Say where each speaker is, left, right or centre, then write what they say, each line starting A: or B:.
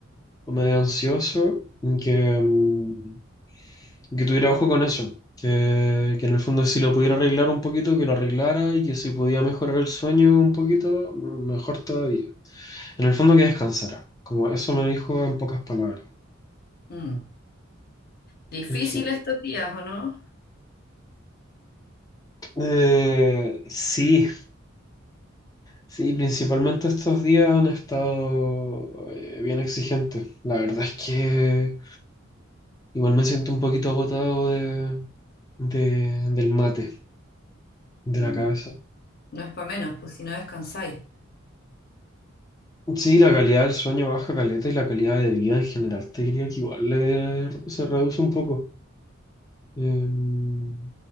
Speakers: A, on the left (about 20°); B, on the left (about 50°).
A: o medio ansioso, y que, em, que tuviera ojo con eso, que, que en el fondo si lo pudiera arreglar un poquito, que lo arreglara y que si podía mejorar el sueño un poquito, mejor todavía. En el fondo que descansara, como eso me dijo en pocas palabras.
B: Mm. Difícil
A: Sí,
B: estos días, ¿o no?
A: Eh, sí, sí, principalmente estos días han estado eh, bien exigentes. La verdad es que igual me siento un poquito agotado de, de- del mate, de
B: Mm,
A: la cabeza.
B: No es para menos, pues si no descansáis,
A: Sí, la calidad del sueño baja caleta y la calidad de vida en general te diría que igual le- se reduce un poco. Eh,